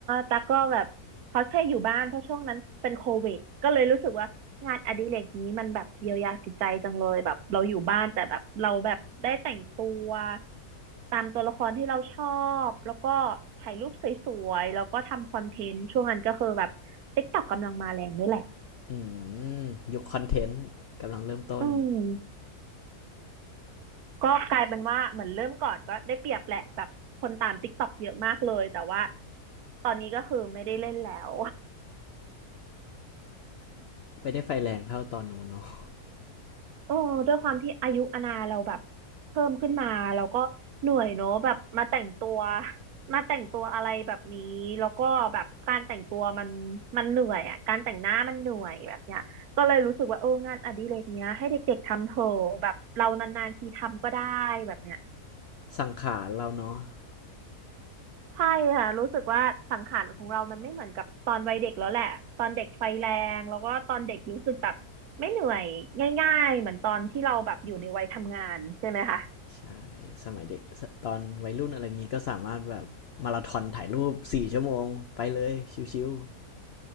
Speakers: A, on the right; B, on the left.
A: ตั๊กก็แบบเขาใช่อยู่บ้านเพราะช่วงนั้นเป็นโควิดก็เลยรู้สึกว่างานอดิเรกนี้มันแบบเยียวยาจิตใจจังเลยแบบเราอยู่บ้านแต่แบบเราแบบได้แต่งตัวตามตัวละครที่เราชอบแล้วก็ถ่ายรูปสวยๆแล้วก็ทำคอนเทนต์ช่วงนั้นก็คือแบบ TikTok กต็อกกำลังมาแรงด้วยแหละ
B: อืมยุคคอนเทนต์กำลังเริ่มต้น
A: อืมก็กลายเป็นว่าเหมือนเริ่มก่อนก็ได้เปรียบแหละแบบคนตามติ๊กต็อกเยอะมากเลยแต่ว่าตอนนี้ก็คือไม่ได้เล่นแล้ว
B: ไม่ได้ไฟแรงเท่าตอนนู้นเนาะ
A: โอ้ด้วยความที่อายุอาณาเราแบบเพิ่มขึ้นมาเราก็เหนื่อยเนอะแบบมาแต่งตัว <laughs> มาแต่งตัวอะไรแบบนี้แล้วก็แบบการแต่งตัวมันมันเหนื่อยอ่ะการแต่งหน้ามันเหนื่อยแบบเนี้ยก็เลยรู้สึกว่าเอองานอดิเรกเนี้ยให้เด็กๆทำเถอะแบบเรานานๆทีทำก็ได้แบบเนี้ย
B: สังขารเราเนาะ
A: ใช่ค่ะรู้สึกว่าสังขารของเรามันไม่เหมือนกับตอนวัยเด็กแล้วแหละตอนเด็กไฟแรงแล้วก็ตอนเด็กรู้สึกแบบไม่เหนื่อยง่ายๆเหมือนตอนที่เราแบบอยู่ในวัยทำงานใช่ไหมคะ
B: ใช่สมัยเด็กตอนวัยรุ่นอะไรงี้ก็สามารถแบบมาราธอนถ่ายรูปสี่ชั่วโมงไปเลยชิวๆ